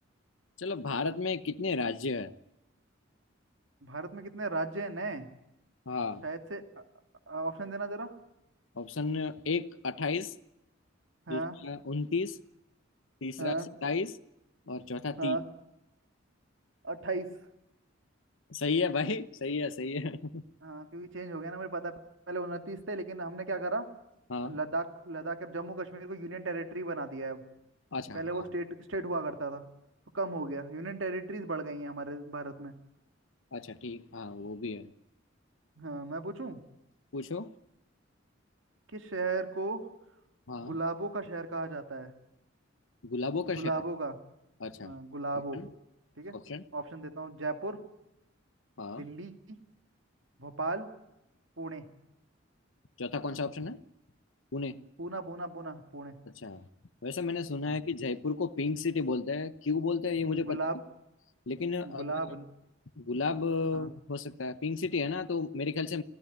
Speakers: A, on the left; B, on the right.
A: चलो भारत में कितने राज्य है
B: भारत में कितने राज्य हैं नए
A: हाँ
B: शायद से अ- अ- ऑप्शन देना जरा
A: ऑप्शन एक अट्ठाईस
B: हाँ
A: दूसरा उनतीस तीसरा
B: हाँ
A: सत्ताईस और चौथा
B: हाँ
A: तीन
B: अट्ठाईस
A: सही है भाई सही है सही है <laughs>
B: हाँ क्योंकि चेंज हो गया ना मुझे पता है। पहले उनतीस थे लेकिन हमने क्या करा
A: हाँ
B: लद्दाख लद्दाख अब जम्मू कश्मीर को यूनियन टेरिटरी बना दिया है अब
A: अच्छा
B: पहले वो
A: हाँ
B: स्टेट स्टेट हुआ करता था तो कम हो गया यूनियन टेरिटरीज बढ़ गई हैं हमारे भारत में
A: अच्छा ठीक हाँ वो भी है
B: हाँ मैं पूछूं
A: पूछो
B: किस शहर को
A: हाँ
B: गुलाबों का शहर कहा जाता है
A: गुलाबों का
B: गुलाबों
A: शहर
B: का
A: अच्छा
B: हाँ गुलाबों
A: ऑप्शन
B: ठीक है
A: ऑप्शन
B: ऑप्शन देता हूँ जयपुर
A: हाँ
B: दिल्ली भोपाल पुणे
A: चौथा कौन सा ऑप्शन है पुणे
B: पूना पूना पूना पुणे
A: अच्छा वैसे मैंने सुना
B: हाँ
A: है कि जयपुर को पिंक सिटी बोलते हैं क्यों बोलते हैं ये मुझे
B: गुलाब
A: पता नहीं लेकिन अगर
B: गुलाब न-
A: गुलाब अ,
B: हाँ
A: हो सकता है पिंक सिटी है ना तो मेरे ख्याल से